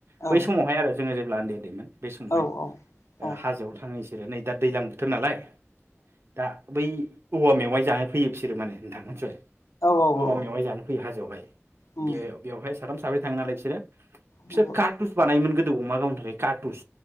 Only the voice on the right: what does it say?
बै
समावहाय आरो जोङो जे ब्लान्दे दैमोन। बे समावहाय
ओ
हाजोआव थांओइस जेरो नै दा दैलां बोथोर नालाय दा बै औवा मेवाइ जानो फैयो बिसोरो माने नोंथां मोनथिबाय
औवा
मेवाय जानो फैयो हाज बेवहाय
बे बेवहाय साथाम साब्रै थाङो नालाय बिसोरो
बिसोर कार्टुस बानायोमोन गोदो अमा गावनो थाखाय काटुस